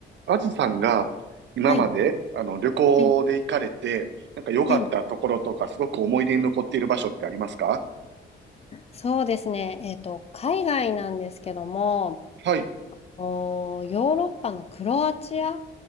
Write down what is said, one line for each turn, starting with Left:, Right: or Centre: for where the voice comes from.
Right: あずさんが今まであの旅行で行かれて、
Left: はい、はい、
Right: なんか良かったところとか、
Left: はい。
Right: すごく思い出に残っている場所ってありますか
Left: そうですね。えっと、海外なんですけども、
Right: はい。
Left: おー、ヨーロッパのクロアチア、